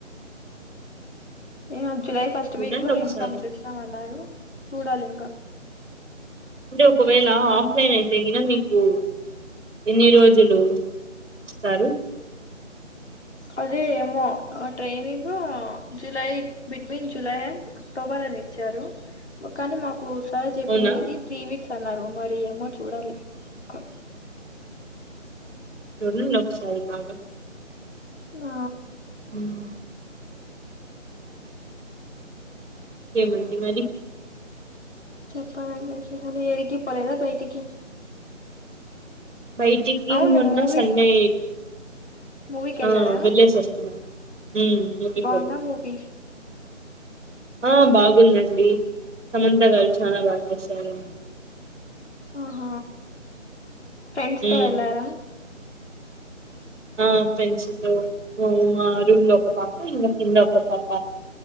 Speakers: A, on the left (about 60°); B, on the right (about 70°).
A: ఇంగ జులై ఫస్ట్
B: చూడండి
A: వీక్ లో
B: ఒకసారి
A: ఇన్ఫార్మ్ చేస్తాం అన్నారు చూడాలి ఇంకా
B: అంటే ఒకవేళ
A: మ్మ్
B: ఆఫ్లైన్ అయితేగిన మీకు మాకు ఎన్ని రోజులు ఇస్తారు
A: అదే ఏమో training July between July and October ని ఇచ్చారు కానీ మాకు కుసారి చెప్పిండేది
B: అవునా
A: త్రీ వీక్స్ అన్నారు మరి ఏమో చూడాలి ఇంకా
B: చూడండి ఒకసారి గా
A: ఆ
B: మ్ ఇంకేమండి మరి
A: చెప్పాలండి విశేషాలు ఏరిగి పోలేదా బయటికి
B: బయటికి
A: అవును
B: మొన్న
A: మూవీకి
B: సండే
A: మూవీకి వెళ్ళారా
B: ఆ వెళ్లేసి వస్తున్నాను ఉ మలి
A: బాగుందా మూవీ
B: ఆ బాగుందండి సమంత గారు చాలా బాగా చేశారు
A: హ ఫ్రెండ్స్ తో
B: మ్
A: ఎల్లారా
B: ఆ ఫ్రెండ్స్తో మా రూమ్ లో ఒక పాప ఇంగ కింద ఒక పాప